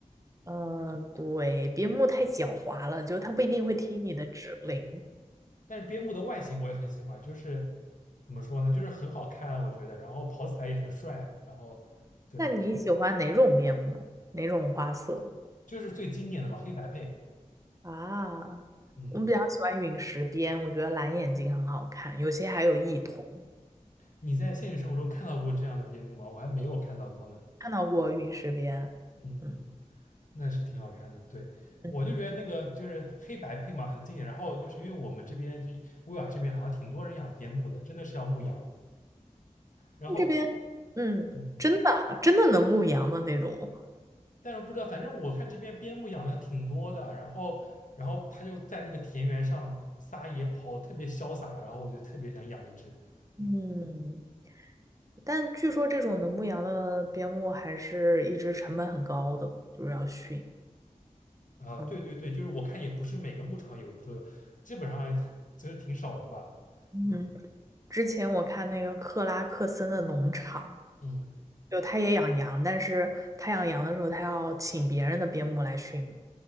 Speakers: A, on the right (about 25°); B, on the left (about 70°).
A: 嗯，呃对，边牧太狡猾了，就它不一定会听你的指令。
B: 但是边牧的外形我也很喜欢，就是怎么说呢，就是很好看啊，我觉得。然后跑起来也很帅啊，然后对，
A: 那你喜欢哪种边牧？哪种花色
B: 就是最经典的嘛，黑白配。
A: 啊？
B: 嗯，
A: 我比较喜欢陨石边，我觉得蓝眼睛很好看，有些还有异瞳，
B: 你在现实生活中看到过这样的边牧吗？我还没有看到过呢。
A: 看到过陨石边。
B: 嗯嗯，
A: 嗯。
B: 那是挺好看的。对，
A: 嗯
B: 我就觉得那个就是黑白配嘛，很经典。然后就是因为我们这边这威尔这边好像挺多人养边牧的，真的是要牧羊。然后
A: 这边，嗯，
B: 嗯，
A: 真的啊真的能牧羊的那种，
B: 但是不知道，反正我看这边边牧养的挺多的。然后然后他就在那个田园上撒野跑，特别潇洒。然后我就特别想养一只。
A: 嗯，
B: 嗯。
A: 但据说这种能牧羊的边牧还是一直成本很高的，就是要训。
B: 啊，
A: 嗯
B: 对对对，就是我看也不是每个牧场有这，个，基本上 <laughs> 其是挺少的吧。
A: 嗯，
B: 嗯
A: 之前我看那个克拉克森的农场，
B: 嗯，
A: 就他也养羊，但是他养羊的时候，他要请别人的边牧来训，